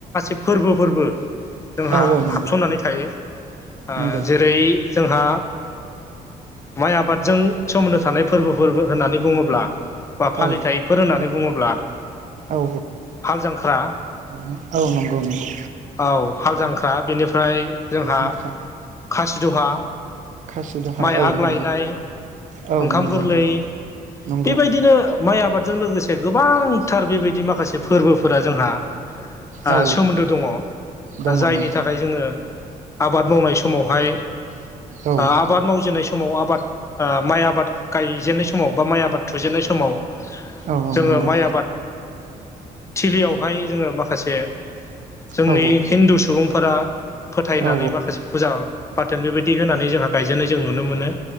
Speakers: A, on the left; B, on the right.
A: फोरबो फोरबो जोंहा
B: औ औ नंगौ
A: हाबसननानै थायो आ
B: नंगौ
A: जेरै जोंहा माइ आबादजों सोमोन्दो थानाय फोरबोफोरबो होननानै बुङोब्ला बा फालिथायफोर
B: औ
A: होननानै बुङोब्ला
B: औ
A: हाल जांख्रा
B: औ औ नंगौ नंगौ।
A: औ हाल जांख्रा बेनिफ्राय जोंहा
B: हाल जांख्रा
A: खासिदहा
B: खासि दहा
A: माइ
B: औ
A: आग्लायनाय
B: नंगौ औ
A: ओंखाम
B: नंगौ
A: गोरलै
B: नंगौ
A: बेबायदिनो माइ आबादजों लोगोसे गोबांथार बेबायदि माखासे फोरबोफोरा जोंहा आ
B: औ
A: सोमोन्दो दङ
B: दङ
A: जायनि
B: दं
A: थाखाय -‍- जोङो आबाद मावनाय समावहाय आ
B: औ
A: आबाद मावजेननाय स माव आबाद आ माइ आबाद गायजेननाय समाव बा माइ आबाद थुजेनन्नाय समाव
B: औ
A: जोङो
B: नंगौ
A: माइ आबाद थिलियावहाय जोङो माखासे जोंनि
B: औ
A: हिन्दु सुबुंफोरा फोथायनानै
B: औ
A: माखासे फुजा बा थोन बेबायदि होनानै जोंहा गायजेननाय जों नुनो मोनो।